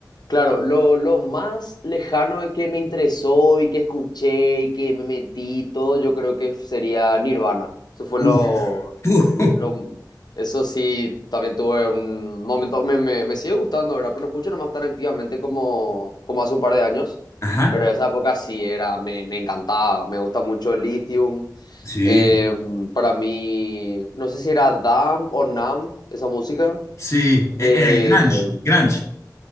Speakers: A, on the left (about 70°); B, on the left (about 40°).
A: claro, lo, lo más lejano de que me interesó y que escuché y que me metí y todo, yo creo que sería Nirvana. Eso fue
B: Uf,
A: lo,
B: uf.
A: lo, eso sí, también tuve un momento, me, me, me sigue gustando, ¿verdad? Pero no escucho nomás tan activamente como, como hace un par de años.
B: Ajá.
A: Pero esa época sí era, me, me encantaba, me gusta mucho Lithium.
B: Sí,
A: Eh, para mí, no sé si era Damp o Numb, esa música.
B: sí.
A: De...
B: Eh, eh, Grunge, grunge.